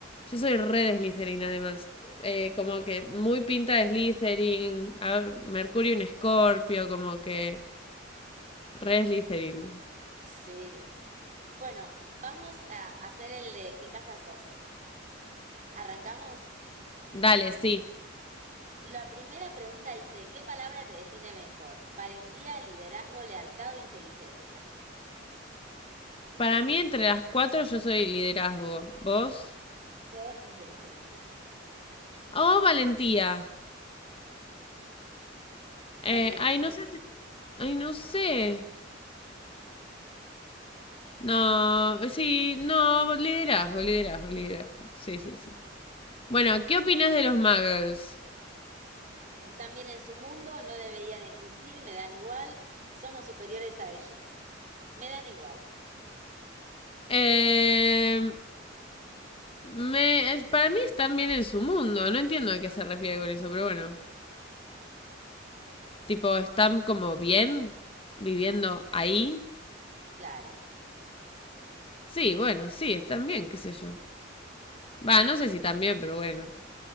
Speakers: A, on the left; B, on the right.
A: Yo soy re de Slytherin, además. Eh, como que muy pinta de Slytherin. a- Mercurio un Escorpio, como que re Slytherin.
B: Sí. Bueno, vamos a hacer el de ¿qué casa sos? ¿Arrancamos?
A: Dale, sí.
B: La primera pregunta dice, ¿qué palabra te define mejor? Valentía, liderazgo, lealtad o inteligencia.
A: Para mí, entre las cuatro, yo soy liderazgo. ¿Vos?
B: Yo, inteligencia.
A: Oh, valentía.
B: ¿Cuál
A: Eh,
B: elegiste?
A: ay, no sé si... Ay, no sé. No, sí, no, liderazgo, liderazgo, liderazgo. Sí, sí, sí. Bueno, ¿qué opinas de los muggles?
B: Están bien en su mundo, no deberían existir, me dan igual, somos superiores a ellos. Me dan igual,
A: Eh, me, para mí están bien en su mundo. No entiendo a qué se refiere con eso, pero bueno. Tipo, están como bien viviendo ahí.
B: claro.
A: Sí, bueno, sí, están bien, qué sé yo. Va, no sé si están bien, pero bueno.